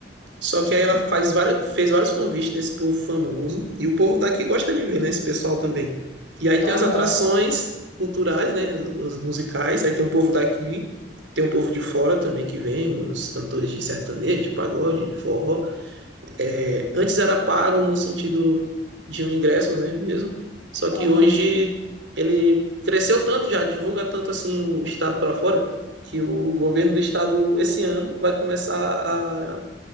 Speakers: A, on the right; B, on the left.
A: Só
B: Uhum.
A: que aí ela faz vários, fez vários convites desse povo famoso e o povo daqui gosta de ver, né, esse pessoal também. E aí
B: Aham,
A: tem as atrações culturais, né, os musicais, aí tem o povo daqui, tem o povo de fora também que vem, os cantores de sertanejo, de pagode, de forró. É, antes era pago no sentido de um ingresso, né, mesmo. Só que
B: aham.
A: hoje ele cresceu tanto, já divulga tanto assim o estado para fora, que o governo do estado esse ano vai começar